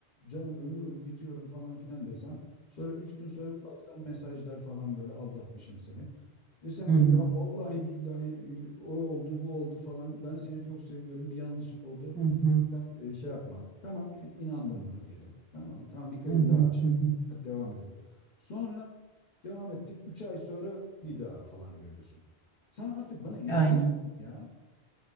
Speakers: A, on the left; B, in the centre.
A: canım ölüyorum bitiyorum falan filan desem. Sonra üç gün sonra bir baksam mesajlar falan böyle aldatmışım seni. Desem
B: hı hı,
A: ki
B: hı
A: ya
B: hı,
A: vallahi billahi e, o oldu bu oldu falan. Ben seni çok seviyorum bir yanlışlık oldu.
B: hı hı,
A: Ben e, şey yapma. Tamam i- inandın bana diyelim. Tamam mı? Tamam bir kredi
B: hı hı,
A: daha açtım.
B: hı hı.
A: Hadi devam edelim. Sonra devam ettik. Üç ay sonra bir daha falan görüyorsun. Sen artık bana inanır
B: Aynen.
A: mısın ya?